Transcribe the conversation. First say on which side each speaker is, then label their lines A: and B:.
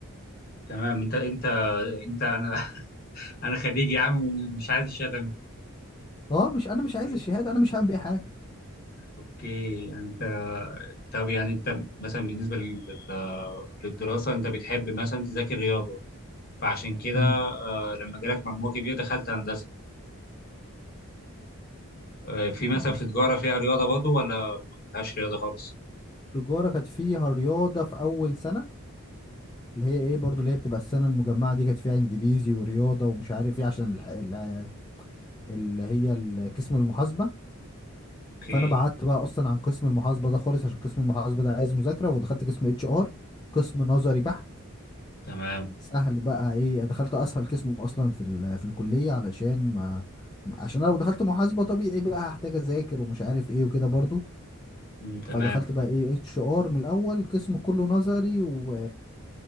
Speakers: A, on the left; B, on the left.
A: تمام انت انت انت انا <laughs> انا خريج يا عم ومش عايز الشهاده
B: اه مش انا مش عايز
A: اوكي
B: الشهاده انا مش هعمل بيها حاجه
A: اوكي يعني انت طب يعني انت مثلا بالنسبه لل- للدراسه انت بتحب مثلا تذاكر رياضه فعشان كده
B: امم
A: لما جالك مجموع كبير دخلت هندسه آه، في مثلا
B: بالظبط
A: في تجارة فيها رياضة برضه ولا ما فيهاش رياضة خالص
B: التجاره كانت فيها رياضه في اول سنه اللي هي ايه برضو اللي هي بتبقى السنه المجمعه دي كانت فيها انجليزي ورياضه ومش عارف ايه عشان الح- ال- اللي هي ال- قسم المحاسبه
A: اوكي
B: فانا بعدت بقى اصلا عن قسم المحاسبه ده خالص عشان قسم المحاسبه ده عايز مذاكره ودخلت قسم اتش ار قسم نظري بحت
A: تمام
B: سهل بقى ايه دخلت اسهل قسم اصلا في ال- في الكليه علشان ما عشان انا لو دخلت محاسبه طبيعي بقى هحتاج اذاكر ومش عارف ايه وكده برضو
A: مم، تمام
B: فدخلت بقى ايه اتش ار من الاول قسم كله نظري و...